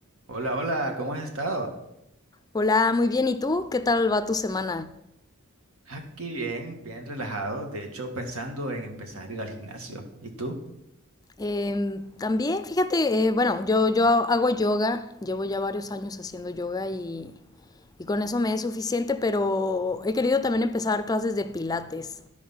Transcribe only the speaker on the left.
Hola, muy bien. ¿Y tú? ¿Qué tal va tu semana?
Em, también, fíjate, eh, bueno, yo, yo hago yoga, llevo ya varios años haciendo yoga y, y con eso me es suficiente, pero he querido también empezar clases de pilates.